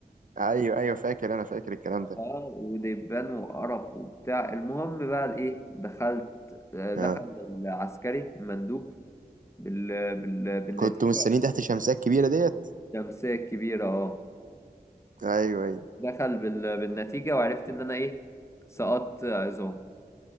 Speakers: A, on the right (about 55°); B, on the left (about 15°).
A: ايوه ايوه فاكر انا فاكر الكلام ده
B: اه ودبان وقرف وبتاع المهم بقى ايه دخلت آه، دخل
A: اه
B: العسكري المندوب بال... بال... بالنتيجة
A: كنت مستنيين تحت الشمسية الكبيرة ديت
B: الشمسية الكبيرة اه
A: ايوه ايوه
B: دخل بال... بالنتيجة وعرفت ان انا ايه سقطت عظام